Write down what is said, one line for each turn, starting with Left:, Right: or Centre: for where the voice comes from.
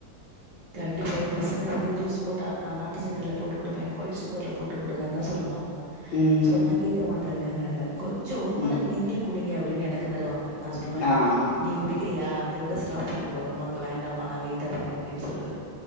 Right: கண்டிப்பா என் பசங்க வந்து ஜூஸ் போட்டா நான் நாட்டு சக்கரைல போட்டு குடுப்பேன் எனக்கு ஒயிட் சுகர்ல போட்டுக் குடுங்கன்னு தான் சொல்வாங்க
Left: ம்
Right: சொன்னா கேக்க மாட்டாங்க கொஞ்சம் ஒரு
Left: ம்
Right: மடக்கு நீங்களும் குடிங்க அப்டின்னு எனக்கு தருவாங்க நான சொல்வேன்
Left: ஆமா
Right: நீ குடிக்கிறியா அத விட ஸ்டாப் பண்ணிக்கோ அம்மா வேண்டாமா நான வெயிட்டா இருக்கு அப்டின்னு சொல்லுவேன்